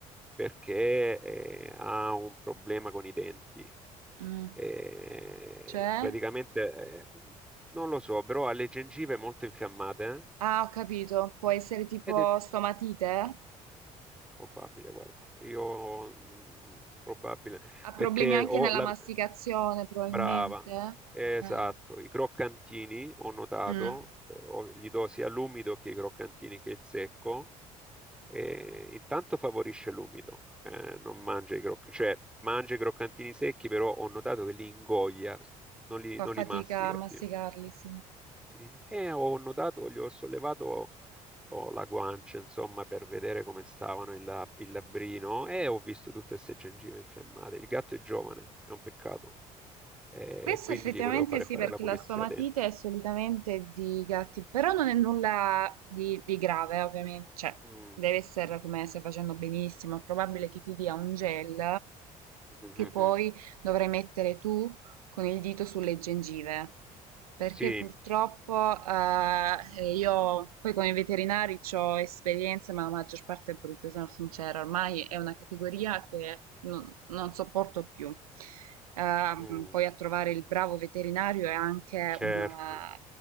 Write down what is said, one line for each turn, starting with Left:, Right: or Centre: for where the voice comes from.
Centre: perché eh, ha un problema con i denti.
Right: Mm.
Centre: Eh,
Right: Cioè?
Centre: praticamente, eh, non lo so, però ha le gengive molto infiammate, eh?
Right: Ah, ho capito. Può essere tipo
Centre: Ed è
Right: stomatite?
Centre: probabile, guarda, io mm, probabile,
Right: Ha problemi
Centre: perché
Right: anche
Centre: ho
Right: nella
Centre: la...
Right: masticazione, probabilmente.
Centre: Brava, esatto,
Right: Eh.
Centre: i croccantini ho notato,
Right: Mm.
Centre: eh, ho- gli do sia l'umido che i croccantini che il secco E intanto favorisce l'umido, eh, non mangia i croc- cioè mangia i croccantini secchi, però ho notato che li ingoia, non li,
Right: Fa
Centre: non
Right: fatica
Centre: li mastica
Right: a masticarli,
Centre: più.
Right: sì.
Centre: sì. E ho notato, gli ho sollevato ho la guancia, insomma, per vedere come stavano il, lab- il labbrino e ho visto tutte queste gengive infiammate. Il gatto è giovane, è un peccato, eh,
Right: Questo
Centre: e quindi
Right: effettivamente
Centre: gli volevo fare
Right: sì,
Centre: fare
Right: perché
Centre: la pulizia
Right: la stomatite
Centre: denti.
Right: è solitamente di gatti, però non è nulla di, di grave, eh, ovviamente, cioè
Centre: Mm,
Right: deve essere come stai facendo benissimo, è probabile che ti dia un gel
Centre: <laughs> mhm,
Right: che poi dovrai mettere tu con il dito sulle gengive, perché
Centre: Sì,
Right: purtroppo eh, io poi con i veterinari ho esperienze, ma la maggior parte è brutta, sono sincera, ormai è una categoria che non, non sopporto più. Ehm,
Centre: mm,
Right: poi a trovare il bravo veterinario è anche
Centre: certo,
Right: una,